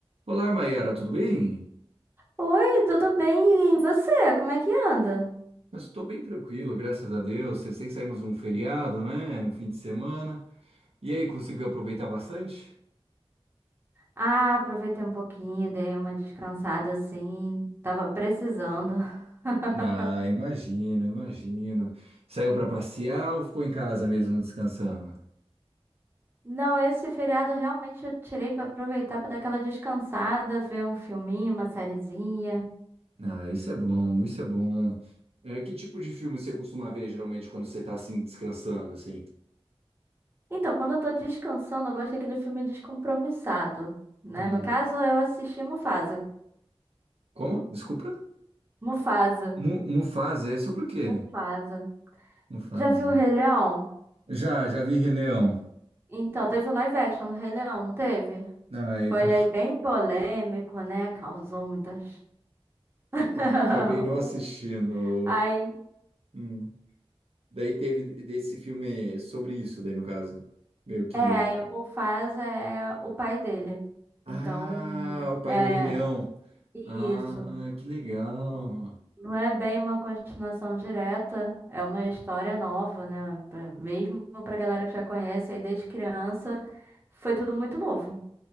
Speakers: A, on the right (about 75°); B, on the right (about 20°).
A: Olá, Mayara, tudo bem?
B: Oi, tudo bem? E você? Como é que anda?
A: Eu estou bem tranquilo, graças a Deus. Sei sei saímos um feriado, né? Fim de semana. E aí, conseguiu aproveitar bastante?
B: Ah, aproveitei um pouquinho, dei uma descansada assim. Tava precisando. <laughs>
A: Ah, imagino, imagino. Saiu para passear ou ficou em casa mesmo descansando?
B: Não, esse feriado realmente eu tirei pra aproveitar pra dar aquela descansada, ver um filminho, uma sériezinha.
A: Ah, isso é bom, isso é bom. É, que tipo de filme você costuma ver geralmente quando você está assim descansando assim?
B: Então, quando eu tô descansando, eu gosto daquele filme descompromissado, né?
A: Hum,
B: No caso, eu assisti Mufasa.
A: Como? Desculpa?
B: Mufasa.
A: Mu Mufasa, é sobre o quê?
B: Mufasa.
A: Mufasa.
B: Já viu o Rei Leão?
A: Já, já vi Rei Leão.
B: Então, teve live action do Rei Leão, não teve?
A: Não, é
B: Foi
A: que
B: aí bem polêmico, né? Causou muitas. <laughs>
A: Acabei não assistindo.
B: Aí,
A: Hum. Daí teve desse filme sobre isso, daí no caso. Meio que.
B: é, aí o Mufasa é o pai dele.
A: Ah,
B: Então,
A: o pai
B: é
A: do Rei Leão.
B: isso.
A: Ah, que legal.
B: Não é bem uma continuação direta, é uma história nova, né? Pra- mesmo pra galera que já conhece, aí desde criança, foi tudo muito novo.